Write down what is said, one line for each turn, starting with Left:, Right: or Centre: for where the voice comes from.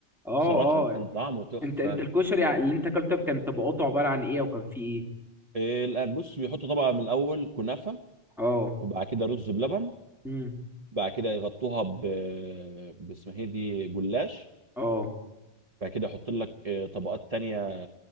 Centre: اه
Right: بصراحه كان
Centre: اه
Right: طعمه تحفه
Centre: انت انت الكشري اللي انت اكلته كان طبقاته عباره عن ايه وكان فيه ايه
Right: إيه، لا، بص بيحطوا طبقه من الاول كنافه
Centre: اه
Right: وبعد كده رز بلبن
Centre: امم
Right: بعد كده يغطوها ب باسمها ايه دي جلاش
Centre: اه
Right: بعد كده احط لك آه، طبقات تانية